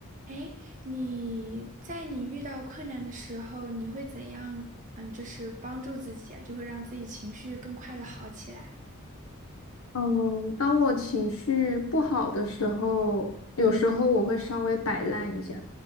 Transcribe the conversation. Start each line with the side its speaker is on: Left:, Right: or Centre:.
Right: 哎，你在你遇到困难的时候，你会怎样？嗯，就是帮助自己啊，就会让自己情绪更快的好起来。
Left: 嗯，当我情绪不好的时候，有时候我会稍微摆烂一下，